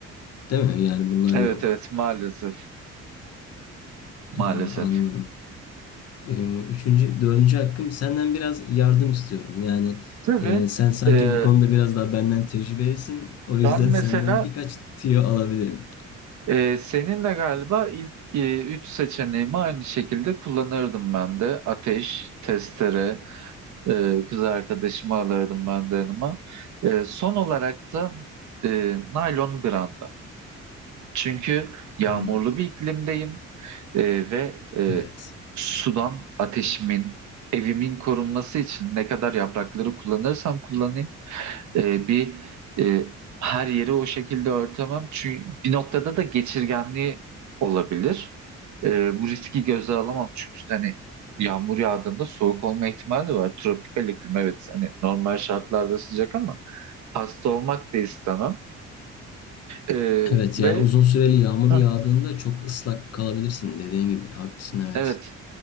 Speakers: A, on the left (about 55°); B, on the right (about 70°).
A: Değil mi? Yani bunlar
B: evet,
A: yok.
B: evet maalesef.
A: Ee,
B: Maalesef.
A: anladım. Ee, Üçüncü, dördüncü hakkım senden biraz yardım istiyorum. Yani
B: Tabii.
A: e, sen sanki
B: e,
A: bu konuda biraz daha benden tecrübelisin. O yüzden
B: ben mesela
A: senden birkaç tüyo alabilirim.
B: e, seninle galiba ilk e, üç seçeneğimi aynı şekilde kullanırdım ben de. Ateş, testere, e, kız arkadaşımı alırdım ben de yanıma. E, son olarak da e, naylon branda. Çünkü yağmurlu
A: Hmm,
B: bir iklimdeyim e, ve e,
A: evet.
B: sudan ateşimin, evimin korunması için ne kadar yaprakları kullanırsam kullanayım e, bir e, her yeri o şekilde örtemem. Çünkü bir noktada da geçirgenliği olabilir. E, bu riski göze alamam. Çünkü işte hani yağmur yağdığında soğuk olma ihtimali de var. Tropikal iklim evet hani normal şartlarda sıcak ama hasta olmak da istemem. E,
A: Evet
B: ve
A: yani uzun süreli yağmur
B: Hah.
A: yağdığında çok ıslak kalabilirsin dediğin gibi. Haklısın evet.
B: evet